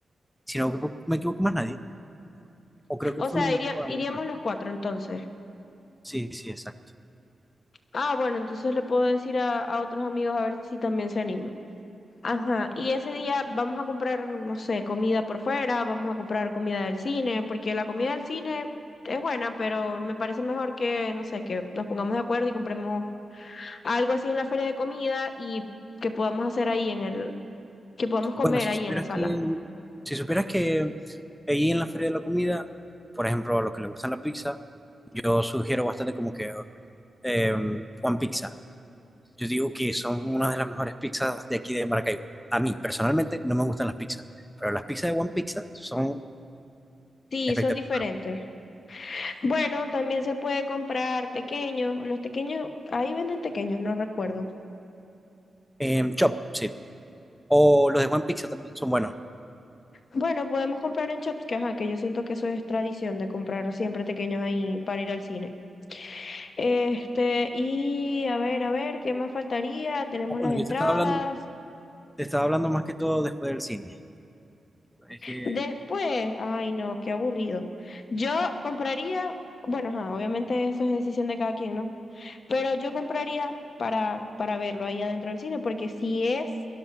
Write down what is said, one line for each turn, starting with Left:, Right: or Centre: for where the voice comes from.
Centre: si no me equivoco más nadie, o creo que
Left: O
Centre: Folly
Left: sea,
Centre: me
Left: iría-
Centre: equivoco a
Left: iríamos
Centre: alguien más.
Left: los cuatro entonces.
Centre: Sí, sí, exacto.
Left: Ah, bueno, entonces le puedo decir a, a otros amigos a ver si también se animan. Ajá, y ese día vamos a comprar, no sé, comida por fuera, vamos a comprar comida del cine, porque la comida del cine es buena, pero me parece mejor que, no sé, que nos pongamos de acuerdo y compremos algo así en la feria de comida y que podamos hacer ahí en el, que podamos comer
Centre: Bueno, si
Left: ahí
Centre: supieras
Left: en la sala.
Centre: que, si supieras que ahí en la feria de la comida, por ejemplo, a los que les gustan la pizza, yo sugiero bastante como que eh, One Pizza. Yo digo que son una de las mejores pizzas de aquí de Maracaibo. A mí, personalmente, no me gustan las pizzas, pero las pizzas de One Pizza son
Left: Sí,
Centre: espectaculares.
Left: son diferentes. Bueno, también se puede comprar tequeños, los tequeños, ahí venden tequeños, no recuerdo.
Centre: Em, Chop, sí. O los de One Pizza también son buenos.
Left: Bueno, podemos comprar en shops, que ajá, que yo siento que eso es tradición de comprar siempre tequeños ahí para ir al cine. Este, y a ver, a ver, ¿qué más faltaría? Tenemos
Centre: Ah, bueno,
Left: las entradas.
Centre: yo te estaba hablando, te estaba hablando más que todo después del cine. Es que
Left: Después, ay no, qué aburrido. Yo compraría, bueno, ajá, obviamente eso es decisión de cada quien, ¿no? Pero yo compraría para, para verlo ahí adentro del cine, porque si es